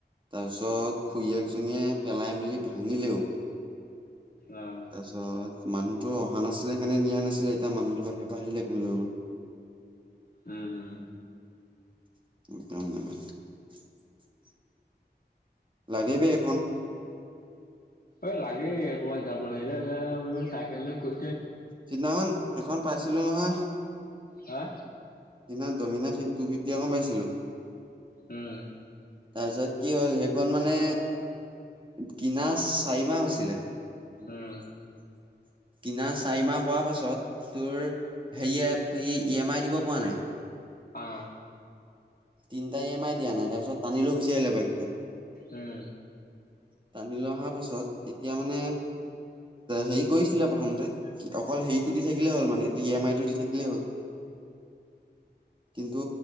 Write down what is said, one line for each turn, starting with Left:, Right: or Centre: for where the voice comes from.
Right: তাৰ পিছত খুৰীয়েকজনীয়ে পেলাই মেলি ভাঙিলেও।
Left: অ',
Right: তাৰছত মানুহ। তো' অহা নাছিলে কেনে নিয়া নাছিলে, এতিয়া মানুহটো বাহিৰ পৰা আহিলে সেকেনে লৈ গল।
Left: উম উম।
Right: <unintelligible> লাগে বে এখন।
Left: অ' লাগে, এ ক'বাত যাব লাগিলে এ চাইকেল লৈ খোজ
Right: সিদিনাখন এখন পাইছিলো নহয়
Left: হা?
Right: সিদিনা ডমিনা টু ফি'ফটি এখন পাইছিলো।
Left: উম।
Right: তাৰপিছত কি হ'ল সেইখন মানে কিনা চাৰিমাহ হৈছিলে। <unintelligible>
Left: উম,
Right: কিনা চাৰিমাহ হোৱাৰ পাছত তোৰ হেৰি এ ই এম আই দিব পৰা নাই।
Left: অ'।
Right: তিনটা ই এম আই দিয়া নাই, তাৰপিছত টানি লৈ গুচি আহিলে বাইকটো।
Left: উম,
Right: টানি লৈ অহাৰ পাছত এতিয়া মানে হেৰি কৰিছিলে প্ৰথমতে অ'কল হেৰিটো দি থাকিলেই হ'ল মানে ই এম আইটো দি থাকিলেই হ'ল। কিন্তু